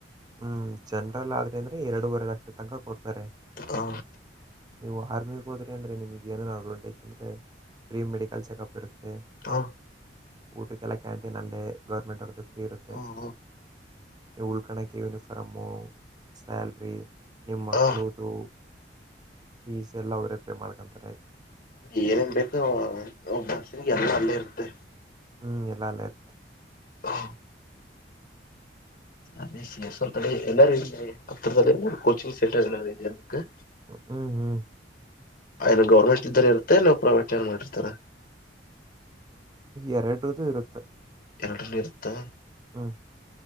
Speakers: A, on the right; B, on the left.
A: ಹುಂ ಜನರಲ್ ಆದ್ರೆ ಅಂದ್ರೆ ಎರಡೂವರೆ ಲಕ್ಷ ತನಕ ಕೊಡ್ತಾರೆ.
B: ಹಾ
A: ನೀವು ಆರ್ಮಿಗೆ ಹೋದ್ರೆ ಅಂದ್ರೆ ನಿಮಗೆ ಏನನು ಅಡ್ವಾಂಟೇಜ್ ಅಂದ್ರೆ ಫ್ರೀ ಮೆಡಿಕಲ್ ಚೆಕಪ್ ಇರುತ್ತೆ
B: ಹ
A: ಊಟಕ್ಕೆಲ್ಲಾ ಕ್ಯಾಂಟೀನ್ ಅಲ್ಲೇ ಗೌರ್ಮೆಂಟ್ ಅವ್ರ್ದು ಫ್ರೀ ಇರುತ್ತೆ
B: ಹ್ಮ್
A: ಎ ಉಳ್ಕೊಳಕ್ಕೆ ಯೂನಿಫಾರಮು ಸ್ಯಾಲ್ರಿ ನಿಮ್ಮ ಮಕ್ಕಳದು
B: ಹ
A: ಫೀಸ್ ಎಲ್ಲಾ ಅವರೇ ಪೇ ಮಾಡ್ಕೊಂತಾರೆ
B: ಏನನ್ಬೇಕು ಒ ಬಸ್ಸಿಗೆ ಎಲ್ಲಾ ಅಲ್ಲೇ ಇರುತ್ತೆ
A: ಹುಂ ಎಲ್ಲಾ ಅಲ್ಲೇ ಇರುತ್ತೆ
B: ಹ ಅ ಸ್ವಲ್ಪವೆ ತಡಿ ಎಲ್ಲಾರೂ ಹತ್ತಿರದಲ್ಲಿ ಕೋಚಿಂಗ್ ಸೆಂಟರ್ ಎಲ್ಲಾರುೂ ನಮ
A: ಹುಂ ಹುಂ
B: ಏನ್ ಗೌರಮೆಂಟ್ ಇದ್ದರೇ ಇರುತ್ತೆ ನಾವು ಪ್ರೈವೇಟ್ ಏ ನಡಿಸರ್ತಾರ
A: ಎರಡರದು ಇರುತ್ತೆ
B: ಎರಡುನು ಇರತ್ತಲ್ಲಾ
A: ಹಾ